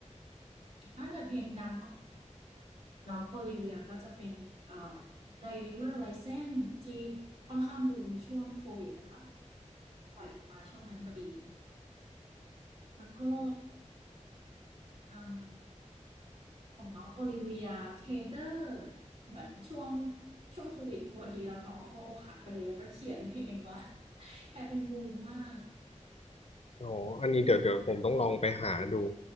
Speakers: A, on the right (about 55°); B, on the left (about 55°).
A: ถ้าเกิดเพลงดังของ แล้วโบลิเวียก็จะเป็นเอ่อ driver license ที่ค่อนข้างบูมช่วงโควิดเลยค่ะปล่อยออกมาช่วงนั้นพอดีแล้วก็อ่าของน้องโอลิเวียเทเตอร์เหมือนช่วงช่วงโควิดพอดีแล้วน้องเขาก็อกหักพอดีแล้วก็เขียนเพลงว่า <laughs> กลายเป็นบูมมาก
B: อ๋ออันนี้เดี๋ยวเดี๋ยวผมต้องลองไปหาดู